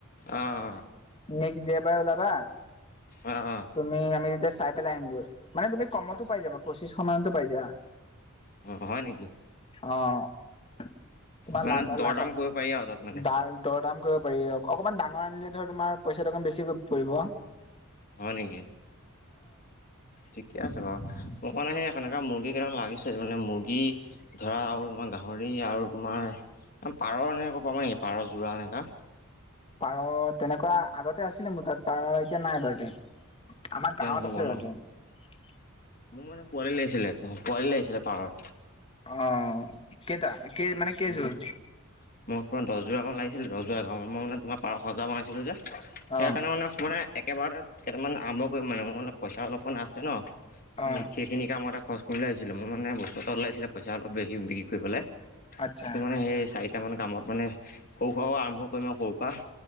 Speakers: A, on the left; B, on the left.
A: অ‌হ।
B: নেক্স দেওবাৰে ওলাবা
A: অঁ অঁ
B: তুমি আমি তেতিয়া চাই পেলাই আহিমগৈ মানে তুমি কমত ত পাই যাবা পঁচিশ মানতো পাই যাবা।
A: অ' হয় নেকি।
B: অ' তোমাৰ
A: মানে
B: লা
A: দৰ
B: লাখৰ
A: দাম কৰিব পাৰি আৰু তাত মানে
B: দাৰ দৰ দাম কৰিব পাৰি অকণমান ডাঙৰ আনিলে ধৰ তোমাৰ পইচাটো অকমান বেছিকৈ পৰিব।
A: হয় নেকি ঠিকে আছে বাৰু। মোক মানে সেই সনেকা মুৰ্গী কেইটামান লাগিছিল মানে মুৰ্গী ধৰা আৰু তোমাৰ গাহৰি আৰু তোমাৰ পাৰ এনেকুৱা পাবা নেকি পাৰ যোৰা এনেকুৱা।
B: পাৰ তেনেকুৱা আগতে আছিলে মোৰ তাত পাৰ এতিয়া নাই বাৰু <unintelligible> আমাৰ
A: তেতিয়া
B: গাঁৱত
A: নহ'ব
B: আছে
A: ন
B: বাৰু তে
A: মোক মানে পোৱালি লাগিছিলে পোৱালি লাগিছিলে পাৰৰ।
B: অ কেইটা কেই মানে কেইযোৰ
A: মোক মোক পোৰা দহ জোৰা মান লাগিছিলে। আছিল ৰজাঁৱত মই মানে তোমাৰ পাৰ সজা বনাইছিলোঁ যে সেইকাৰণে
B: অ
A: মানে মানে একেবাৰতে কেইটামান আৰম্ভ কৰিম মানে মোৰ মানে পইচা অলপমান আছে ন
B: অ
A: সেইখিনি কামতে খৰচ কৰিবলৈ আহিছিলে মোৰ মানে বস্তু এটা ওলাইছিলে পইচা অলপ বেছি বিক্ৰী কৰি পেলাই
B: আচ্ছা
A: সেইটো মানে সেই চাই। কেইটামানে কামত মানে সৰু সুৰাও আৰম্ভ কৰিম আৰু সৰুৰ পৰা।